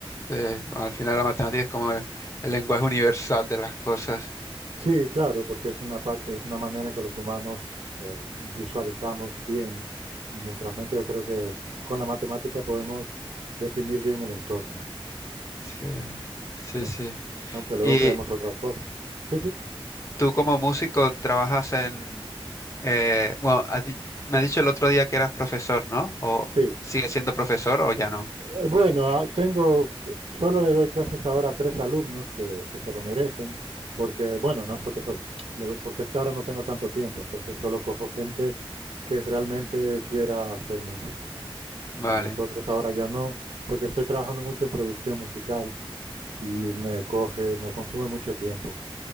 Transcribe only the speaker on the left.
Sí, bueno, al final la matemática es como el, el lenguaje universal de las cosas.
Sí, sí,
sí.
Y
tú como músico trabajas en... eh, bueno, has di- me has dicho el otro día que eras profesor, ¿no? ¿O
sigues siendo profesor o ya no?
Vale,